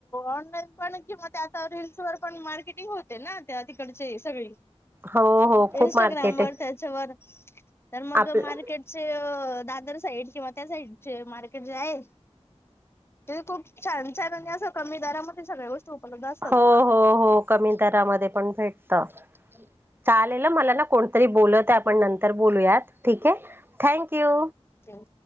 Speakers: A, on the left; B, on the right.
A: ऑनलाईन पण किंवा ते आता रिल्सवर पण मार्केटिंग होते ना त्या तिकडचे ये सगळे
B: हो हो खूप
A: इंस्टाग्राम
B: मार्केट
A: वर
B: आहे
A: <inaudible> ईस्टावर तर मग
B: आपलं
A: मार्केट <inaudible> तसे दादर साईड किंवा त्या साईडचे मार्केट जे आहे. ते खूप छान छान आणि अस कमी दरामध्ये सगळ्या गो <unintelligible>
B: हो हो हो. कमी दरामध्ये पण भेटतात. चालेल आ. मला ना कोणतरी बोलवताय. आपण नंतर बोलूयात ठीक आहे. Thank you.
A: Thank you.